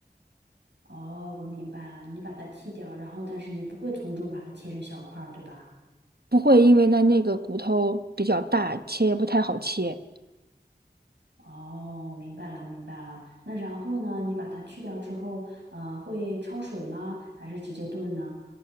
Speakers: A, on the right; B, on the right.
A: 哦，我明白了，你把它剔掉，然后但是你不会从中把它切成小块儿，对吧？
B: 不会因为那那个骨头比较大，切也不太好切。
A: 哦，明白了，明白了。那然后呢？你把它去掉之后，呃，会焯水吗？还是直接炖呢？